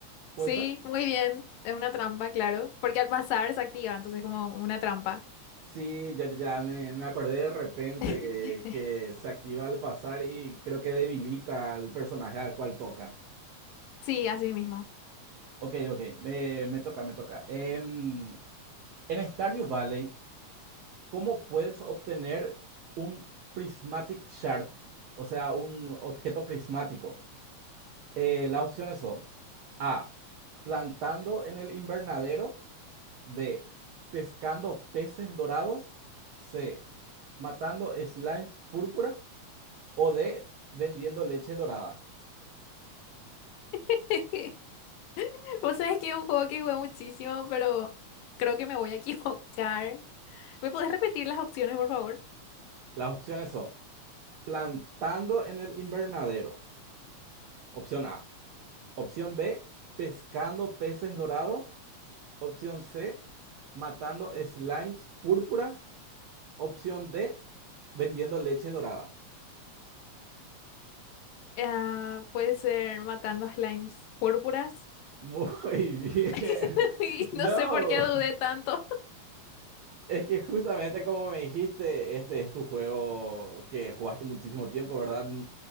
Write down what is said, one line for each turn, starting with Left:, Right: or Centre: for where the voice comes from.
Right: ¿Puede
Left: Sí,
Right: ser?
Left: muy bien. Es una trampa, claro. Porque al pasar se activa, entonces como una trampa.
Right: Sí, ya, ya, ya me, me acordé de repente
Left: <laughs>
Right: eh, que se activa al pasar y creo que debilita al personaje al cual toca.
Left: Sí, así mismo.
Right: Ok, ok, me, me toca, me toca. Em, en Stardew Valley, ¿cómo puedes obtener un prismatic shard? O sea, un objeto prismático. Eh, las opciones son... A. Plantando en el invernadero. B. Pescando peces dorados. C. Matando slimes púrpuras. O D. Vendiendo leche dorada.
Left: <laughs> Vos sabés que es un juego que jugué muchísimo, pero creo que me voy a <laughs> equivocar. ¿Me podés repetir las opciones, por favor?
Right: Las opciones son plantando en el invernadero. Opción A. Opción B. Pescando peces dorados. Opción C. Matando slimes púrpuras. Opción D. Vendiendo leche dorada.
Left: Ah, puede ser matando slimes púrpuras.
Right: Muy bien.
Left: <laughs>
Right: <laughs>
Left: Y
Right: No.
Left: No sé por qué dudé tanto.
Right: Es que justamente como me dijiste, este es tu juego que jugaste muchísimo tiempo, ¿verdad? N-